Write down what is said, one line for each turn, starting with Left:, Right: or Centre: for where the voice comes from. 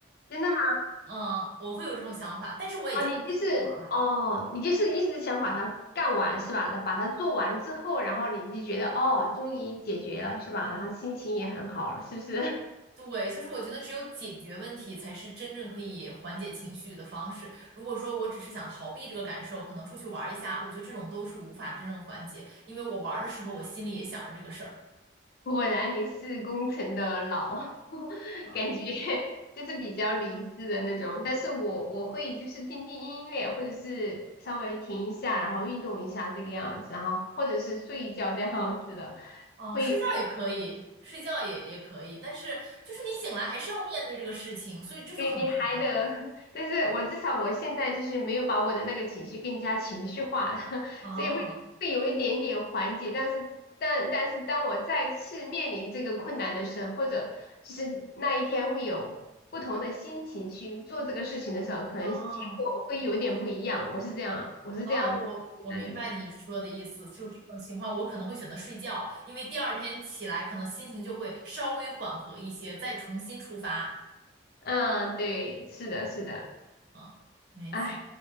Left: 真的吗？
Right: 嗯，我会有这种想法，但是我也经常出去玩了。
Left: 哦，你就是哦，你就是一直想把它干完是吧？把它做完之后，然后你就觉得哦，终于解决了是吧？然后心情也很好了，是不是？<laughs>
Right: 对，就是我觉得只有解决问题才是真正可以缓解情绪的方式。如果说我只是想逃避这个感受，可能出去玩一下，我觉得这种都是无法真正缓解，因为我玩的时候我心里也想着这个事儿。
Left: 果然你是工程的老，<laughs>
Right: 嗯，
Left: 感觉就是比较理智的那种。但是我我会就是听听音乐，或者是稍微停一下，然后运动一下这个样子，然后或者是睡一觉这样子的，
Right: 哦，
Left: 会会。
Right: 睡觉也可以，睡觉也也可以，但是就是你醒来还是要面对这个事情，所以这就很烦。
Left: 对你还得，<laughs> 但是我至少我现在就是没有把我的那个情绪更加情绪化，<laughs>
Right: 哦。
Left: 所以会会有一点点缓解。但是，但但是当我再次面临这个困难的时候，或者就是那一天会有不同的心情去做这个事情的时候，可能结果会有点不一样。
Right: 哦
Left: 我是这样，我是这样那个的。
Right: 哦，我我明白你说的意思，就是这种情况，我可能会选择睡觉，因为第二天起来可能心情就会稍微缓和一些，再重新出发。
Left: 嗯，对，是的，是的。
Right: 嗯，没错
Left: 唉